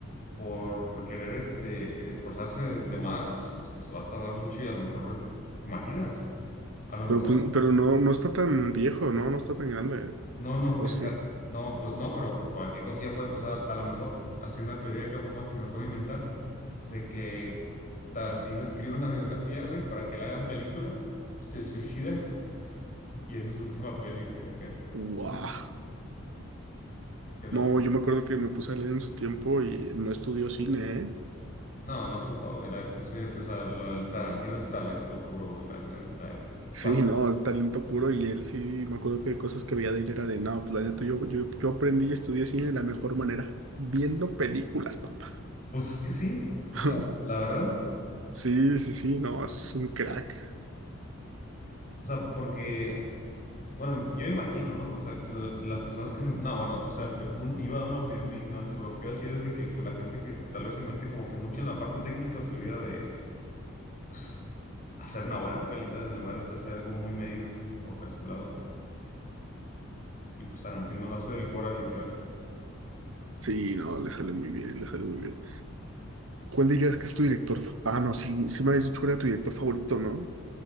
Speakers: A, on the left; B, on the right.
A: por, por querer este, esforzarse de más, pues, se va a tardar mucho y a lo mejor, ¿te imaginas? A lo mejor,
B: Pero, pues, pero no, no está tan viejo, ¿no? No está tan grande.
A: no, no,
B: O
A: esa-
B: sí.
A: no, pues, no, pero cualquier cosilla puede pasar, a lo mejor. Así una teoría que fuma que me acabo de inventar. de que Tarantino escribe una biografía, güey, para que la hagan película, se suicida <laughs> y esa es su última peli, güey, acá.
B: Wow.
A: Su- Qué loco.
B: No, yo me acuerdo que me puse a leer en su tiempo y no estudió cine, ¿eh? <laughs>
A: No, no ocupa, güey, la neta, soy- o sea, lo del Tarantino es talento puro, güey, la, la- la neta. Es
B: Sí,
A: pa-
B: no, es talento puro y él sí, me acuerdo que cosas que veía de él era de, no, pues la neta, yo, yo, yo aprendí y estudié cine de la mejor manera, viendo películas, papá.
A: Pues es que sí, o
B: <laughs>
A: sea, la verdad,
B: Sí, sí, sí, no, es un crack.
A: o sea, porque, bueno, yo me imagino, ¿no? O sea, l- las personas que se, no, bueno, o sea, eh, mu- iba a dar una opinión muy ignorante, pero lo que iba a decir es de que, pues, la gente que tal vez se mete como que mucho en la parte técnica se olvida de pues, hacer una buena peli, ¿sabes? En lugar de hacer algo muy medido o calculado. Y pues Tarantino lo hace del Cora, literal.
B: Sí, no, le sale muy bien, le sale muy bien. ¿Cuál dirías que es tu director? fa- Ah, no, sí, sí me habías dicho que era tu director favorito, ¿no?